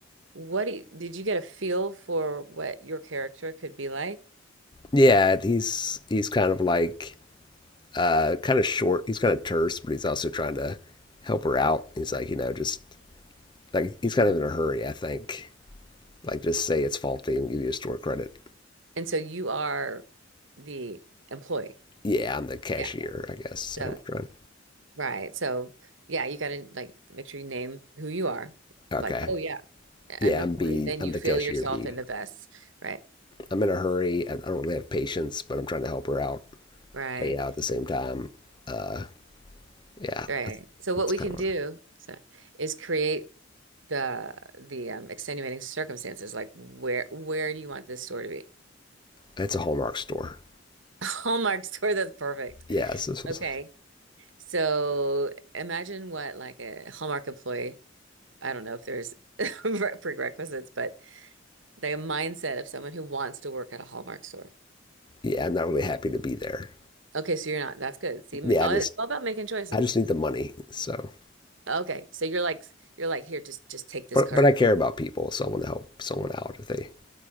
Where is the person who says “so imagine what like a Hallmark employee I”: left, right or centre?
Right